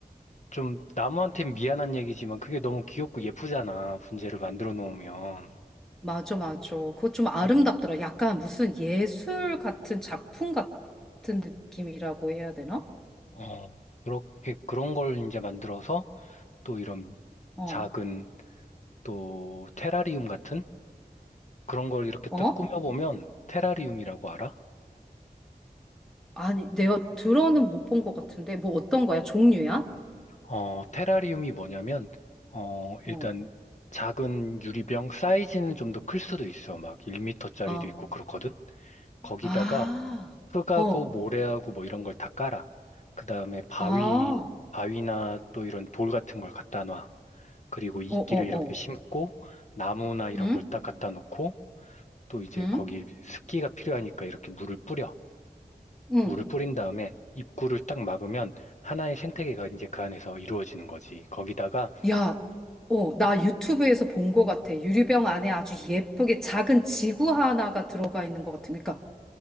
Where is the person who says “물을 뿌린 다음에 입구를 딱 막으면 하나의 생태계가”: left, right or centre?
Left